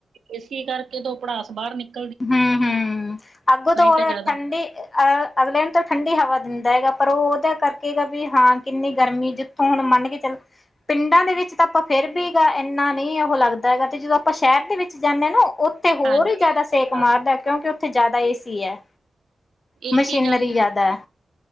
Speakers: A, on the right (about 85°); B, on the left (about 35°).
A: ਏ ਸੀ ਕਰਕੇ ਤੋ ਭੜਾਸ ਬਾਹਰ ਨਿਕਲ
B: ਹੂੰ -ਹੂੰ ਅੱਗੋ ਤੋਂ ਬੜਾ
A: ਤਾਂ ਜ਼ਿਆਦਾ
B: ਠੰਡੀ ਅਅ ਅਗਲੇ ਆਂ ਨੂੰ ਤਾਂ ਠੰਡੀ ਹਵਾ ਦਿੰਦਾ ਹੈਗਾ, ਪਰ ਉਹ ਉਹਦੇ ਕਰਕੇਗਾ ਵੀ ਹਾਂ ਕਿੰਨੀ ਗਰਮੀ ਜ ਤੂੰ ਹੁਣ ਮੰਨ ਕੇ ਚੱਲ ਪਿੰਡਾਂ ਦੇ ਵਿੱਚ ਤਾਂ ਆਪਾਂ ਫਿਰ ਵੀ ਹੈਗਾ, ਇੰਨਾ ਨਹੀਂ ਉਹ ਲੱਗਦਾ ਹੈਗਾ, ਤੇ ਜਦੋਂ ਆਪਾਂ ਸ਼ਹਿਰ ਦੇ ਵਿੱਚ ਜਾਂਨੇ ਆਂ ਨਾ ਉੱਥੇ ਹੋਰ
A: ਹਾਂਜੀ।
B: ਹੀ ਜ਼ਿਆਦਾ
A: ਜ਼ਿਆਦਾ
B: ਸੇਕ ਮਾਰਦਾ, ਕਿਉਂਕਿ ਉੱਥੇ ਜ਼ਿਆਦਾ ਏ ਸੀ ਐ, ਮਸ਼ੀਨਰੀ
A: ਏਸੀ ਜਾ
B: ਜ਼ਿਆਦੈ।